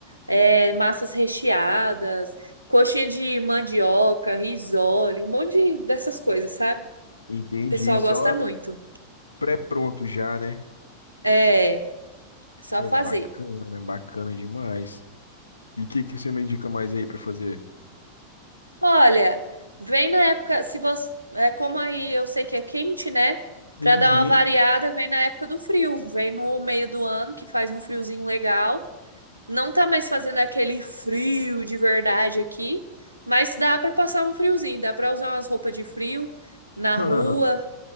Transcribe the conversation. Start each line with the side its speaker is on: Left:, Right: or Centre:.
Right: é, massas recheadas, coxinha de mandioca, risole, um monte de- dessas coisas, sabe?
Left: entendi.
Right: O pessoal
Left: Só
Right: gosta muito.
Left: pré-pronto já, né?
Right: É, só
Left: Pô,
Right: fazer.
Left: bacana, bacana demais. E o que, que você me indica mais aí pra fazer?
Right: Olha, vem na época, se você, é como aí eu sei que é quente, né?
Left: Uhum.
Right: Pra dar uma variada, vem na época do frio, vem no meio do ano que faz um friozinho legal. Não tá mais fazendo aquele frio de verdade aqui, mas dá pra passar um friozinho, dá pra usar umas roupas de frio na
Left: <laughs>
Right: rua,